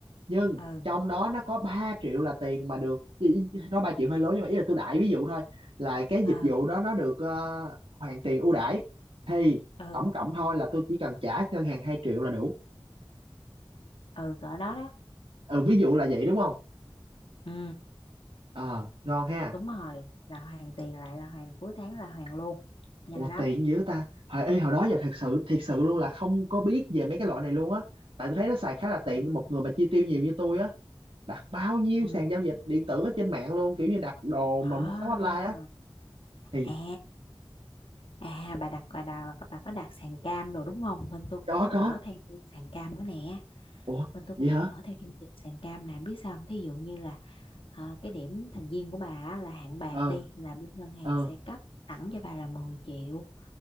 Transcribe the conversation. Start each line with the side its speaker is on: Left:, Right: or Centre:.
Right: nhưng
Left: ừ
Right: trong đó nó có 3 triệu là tiền mà được ý- ý- nói 3 triệu hơi lớn nhưng mà ý là tôi đại ví dụ thôi là cái dịch
Left: ừ
Right: vụ đó nó được ờ, hoàn tiền ưu đãi thì
Left: ừ
Right: tổng cộng thôi là tôi chỉ cần trả ngân hàng 2 triệu là đủ
Left: ừ cỡ đó đó
Right: ừ ví dụ là vậy đúng không
Left: ừ
Right: ờ ngon ha
Left: đúng rồi là hoàn tiền lại là hoàn cuối tháng là hoàn luôn nhanh
Right: ủa
Left: lắm
Right: tiện dữ ta hồi ê, hồi đó giờ thật sự thiệt sự luôn là không có biết về mấy cái loại này luôn á tại tôi thấy nó xài khá là tiện
Left: ừ
Right: cho một người mà chi tiêu nhiều như tôi á đặt bao nhiêu
Left: ừ
Right: sàn giao dịch điện tử ở trên mạng luôn kiểu như đặt đồ
Left: à
Right: mà mua sắm online á thì
Left: à À bà đặt bà, đặt, bà có đặt sàn cam rồi đúng không? Bên tôi cũng
Right: có
Left: có
Right: có
Left: mở theo sàn cam nữa nè.
Right: ủa
Left: Bên tôi
Right: vậy
Left: cũng
Right: hả
Left: có mở theo chương trình sàn cam nè. Biết sao không? Thí dụ như là ờ, cái điểm thành viên của bà á, là hạng bạc
Right: ờ
Left: đi là bên ngân hàng
Right: ờ
Left: sẽ cấp sẵn cho bà là 10 triệu.